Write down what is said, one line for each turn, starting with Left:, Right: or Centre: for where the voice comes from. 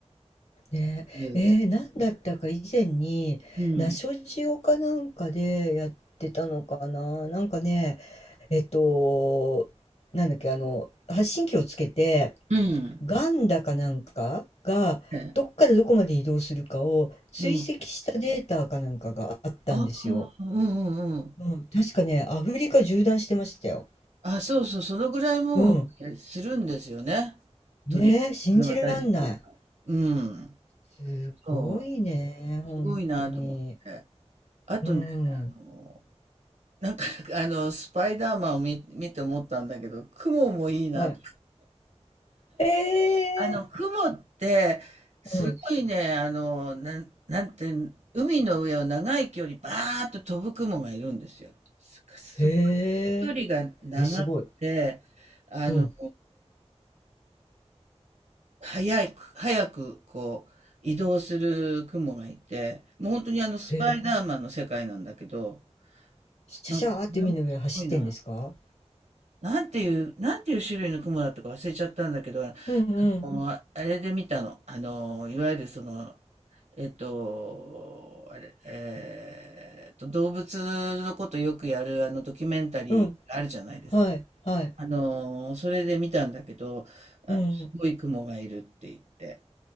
Left: ね、
Right: 言うで。
Left: えー、なんだったか以前に、
Right: うん。
Left: ナショジオかなんかでやってたのかな。なんかね、えっと、なんだっけ、あの、発信機をつけて、
Right: うん。
Left: ガンダかなんかがどっからどこまで移動するかを追跡したデータかなんかがあったんですよ。
Right: ねうん。ああ、うんうんうん。
Left: うん、確かね、アフリカ縦断してましたよ。
Right: あ、そうそう、そのぐらいもうえするんですよね。
Left: うん。ねえ、
Right: 鳥は。
Left: 信じらんない。
Right: あの、私たちは。うん。
Left: すごいね、
Right: そ
Left: 本当に。
Right: う。すごいなと思って。あとね、
Left: うん。
Right: あの、なんか、<laughs> あの、スパイダーマンを見、見て思ったんだけど、雲もいいなと。
Left: はい。へ
Right: あの、
Left: え。
Right: 雲って、すごいね、
Left: うん。
Right: あの、なん、なんて、海の上を長い距離、バーッと飛ぶ雲がいるんですよ。す、すごい
Left: へえ。
Right: 距離が長くて、
Left: え、すごい。
Right: あの、
Left: うん。
Right: 早く、早く、こう、移動する雲がいて、もう本当にあの、スパイダーマンの世界なんだけど、
Left: へえ。シャシャーって海の上走ってんですか
Right: なんか、これもすごいな。なんていう、なんていう種類の雲だったか忘れちゃったんだけど、あ
Left: うんうん。
Right: の、あれで見たの。あの、いわゆるその、えっと、あれ、えーっと、動物のことよくやるあのドキュメンタリーあるじゃないですか。
Left: うん。はい。はい。
Right: あの、それで見たんだけど、あの、
Left: うん。
Right: すごい雲がいるって言って。